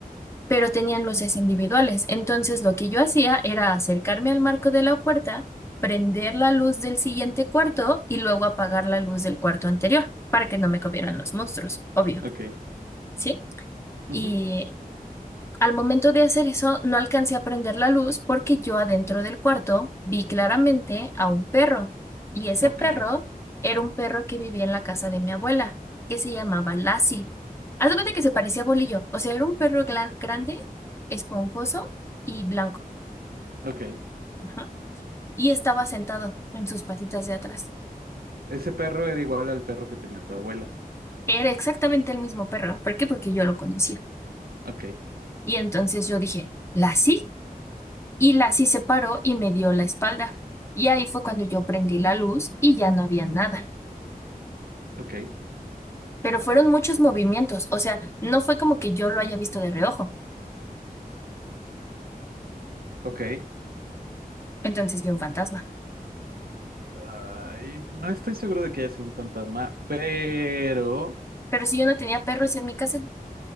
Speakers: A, on the left; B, on the right.
A: pero tenían luces individuales. Entonces lo que yo hacía era acercarme al marco de la puerta, prender la luz del siguiente cuarto y luego apagar la luz del cuarto anterior para que no me comieran los monstruos, obvio,
B: Ok.
A: ¿sí?
B: Ujú.
A: Y al momento de hacer eso, no alcancé a prender la luz porque yo adentro del cuarto vi claramente a un perro. Y ese
B: Ok.
A: perro era un perro que vivía en la casa de mi abuela, que se llamaba Lassie. Haz de cuenta que se parecía a Bolillo. O sea, era un perro glan- grande, esponjoso y blanco.
B: Ok.
A: Ajá. Y estaba sentado en sus patitas de atrás.
B: Ese perro era igual al perro que tenía tu abuela.
A: Era exactamente el mismo perro. ¿Por qué? Porque yo lo conocía.
B: Ok.
A: Y entonces yo dije, ¿Lassie? Y Lassie se paró y me dio la espalda. Y ahí fue cuando yo prendí la luz y ya no había nada.
B: Ok.
A: Pero fueron muchos movimientos, o sea, no fue como que yo lo haya visto de reojo.
B: Ok.
A: Entonces vi un fantasma.
B: Ay, no estoy seguro de que haya sido un fantasma, pero.
A: Pero si yo no tenía perros en mi casa